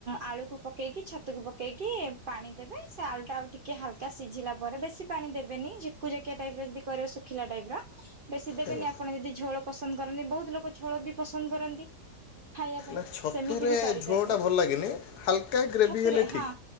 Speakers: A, on the right (about 60°); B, on the left (about 75°).
A: ଆଳୁକୁ ପକେଇକି ଛତୁକୁ ପକେଇକି ପାଣି ଦେବେ ସେ ଆଳୁ ଟା ଆଉ ଟି କି ହାଲକା ସିଝିଲା ପରେ ବେଶୀ ପାଣି ଦେବେନି ଝକୁ ଜକିଆ ଟାଇପ ର ଯଦି କରିବ ଶୁଖିଲା ଟାଇପ ର ବେଶୀ ଦେବେନି
B: ଆଜ୍ଞା।
A: ଆପଣ ଯଦି ଝୋଳ ପସନ୍ଦ କରନ୍ତି ବହୁତ ଲୋକ ଝୋଳ ବି ପସନ୍ଦ କରନ୍ତି। ଖାଇବା ପାଇଁ
B: ନା ଛତୁରେ
A: ସେମିତି ବି କରିପାରିବେ
B: ଝୋଳଟା ଭଲ ଲାଗେନି ହାଲକା ଗ୍ରେଭି
A: ହାତରେ
B: ହେଲେ ଠିକ୍।
A: ହା